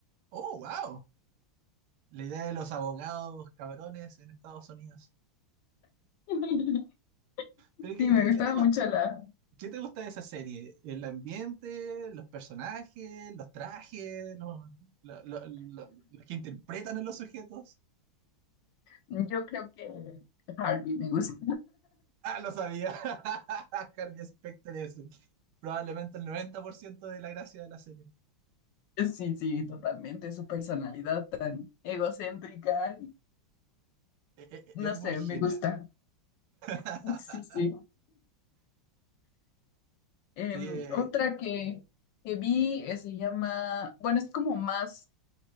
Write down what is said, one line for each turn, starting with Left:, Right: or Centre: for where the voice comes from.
Right: Oh, wow. La idea de los abogados cabrones en Estados Unidos.
Left: <laughs>
Right: Pero ¿qué,
Left: Sí, me
Right: qué-
Left: gustaba
Right: qué te gusta,
Left: mucho la...
Right: qué te gusta de esa serie? ¿El ambiente, los personajes, los trajes, los, lo- lo- lo- los que interpretan a los sujetos?
Left: Yo creo que Harvey me gusta.
Right: Ah, lo sabía. <laughs> Harvey Specter es probablemente el 90% de la gracia de la serie.
Left: Sí, sí, totalmente. Su personalidad tan egocéntrica.
Right: E- e- e,
Left: No
Right: Es, muy
Left: sé,
Right: genial.
Left: me gusta.
Right: <laughs>
Left: Sí, sí. Em,
Right: Sí, eh,
Left: otra que, que vi eh, se llama, bueno, es como más